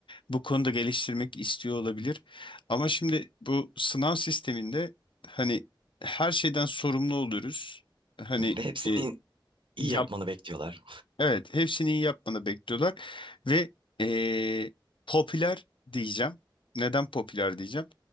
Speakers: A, on the left; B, on the right.
A: bu konuda geliştirmek istiyor olabilir. Ama şimdi bu sınav sisteminde hani her şeyden sorumlu oluruz. Hani
B: Ve hepsini
A: e,
B: iyi
A: yap
B: yapmanı bekliyorlar.
A: Evet, hepsini iyi yapmanı bekliyorlar ve eee, popüler diyeceğim. Neden popüler diyeceğim?